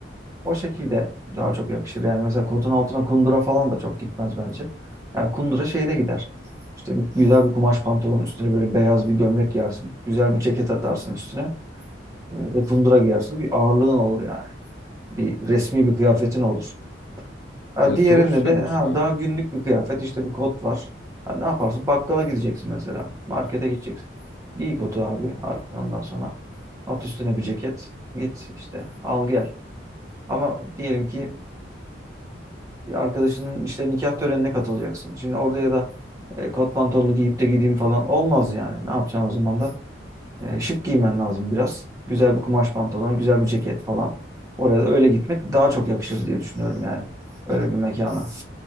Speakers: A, on the right (about 20°); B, on the left (about 70°).
A: O şekilde daha çok yakışır. Yani mesela kotun altına kundura falan da çok gitmez bence. Yani kundura şeyde gider. İşte bir, güzel bir kumaş pantolon üstüne böyle beyaz bir gömlek giyersin. Güzel bir ceket atarsın üstüne. e, Ve kundura giyersin. Bir ağırlığın olur yani. Bir resmi bir kıyafetin olur. Ha,
B: Ya
A: diğerinde
B: doğru söylüyorsun
A: de ha,
B: abi.
A: daha günlük bir kıyafet işte bir kot var. Ha, ne yaparsın? Bakkala gideceksin mesela. Markete gideceksin. Giy kotu abi. Ar- Ondan sonra at üstüne bir ceket. Git işte al gel. Ama diyelim ki Bir arkadaşının işte nikah törenine katılacaksın. Şimdi orada ya da e, kot pantolonu giyip de gideyim falan olmaz yani. Ne yapacaksın o zaman da? E, şık giymen lazım biraz. Güzel bir kumaş pantolon, güzel bir ceket falan. Oraya da öyle gitmek daha çok yakışır diye düşünüyorum yani. Öyle bir mekana.